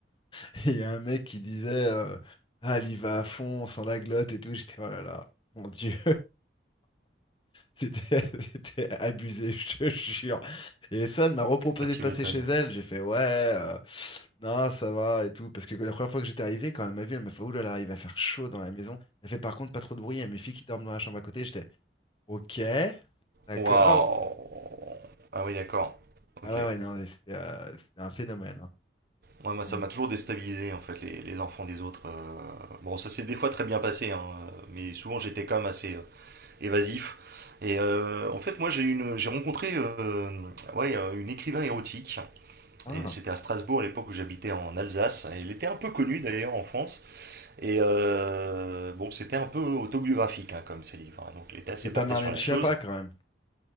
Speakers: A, on the left; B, on the right.
A: <laughs> et il y a un mec qui disait euh, Ah, elle y va à fond, sans la glotte et tout, j'étais oh là là, mon Dieu. C'était <laughs> c'était abusé, je te jure. Et ça, elle m'a reproposé
B: Ah, tu
A: de passer
B: m'étonnes.
A: chez elle. J'ai fait ouais, euh, non, ça va et tout. Parce que la première fois que j'étais arrivé, quand elle m'a vu, elle m'a fait oulala, il va faire chaud dans la maison. Elle fait par contre pas trop de bruit. Il y a mes filles qui dorment dans la chambre à côté. J'étais ok, d'accord.
B: Waouh. Ah oui, d'accord.
A: Ah
B: Ok.
A: ouais,
B: Ouais,
A: ouais, non, mais c'était euh, c'était un phénomène. hein.
B: moi,
A: Donc
B: ça m'a
A: bon.
B: toujours déstabilisé, en fait, les, les enfants des autres. euh. Bon, ça s'est des fois très bien passé, hein, euh, mais souvent j'étais quand même assez euh, évasif. Et euh, en fait, moi, j'ai eu une, j'ai rencontré euh, ouais, euh, une écrivain érotique.
A: Ah,
B: Et c'était à Strasbourg, à l'époque où j'habitais en Alsace. elle était un peu connue, d'ailleurs, en France. Et euh, bon, c'était un peu autobiographique, hein, comme ses livres. hein. Donc, elle était assez
A: c'est pas
B: portée
A: Marlène
B: sur la
A: Schiappa
B: chose.
A: quand même.